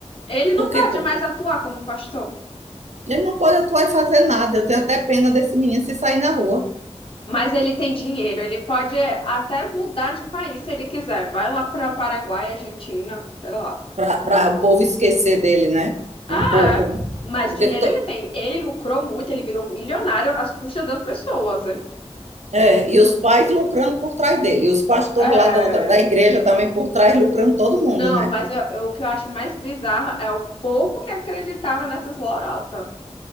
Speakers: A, on the left; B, on the right.
A: Ele não
B: Porque
A: pode
B: pô,
A: mais atuar como pastor,
B: ele não pode atuar e fazer nada. Eu tenho até pena desse menino se sair na rua.
A: mas ele tem dinheiro, ele pode até mudar de país se ele quiser. Vai lá para Paraguai, Argentina, sei lá.
B: para o povo esquecer dele, né?
A: Ah,
B: Um pouco,
A: é.
B: né?
A: Mas
B: Porque
A: dinheiro
B: to-
A: ele tem. Ele lucrou muito, ele virou milionário às custas das pessoas, hein?
B: é, e os pais lucrando por trás dele, e os pastores
A: É.
B: lá da outra, da igreja também por trás lucrando todo mundo,
A: Não,
B: né?
A: mas eu- eu- o que eu acho mais bizarro é o povo que acreditava nessas lorotas.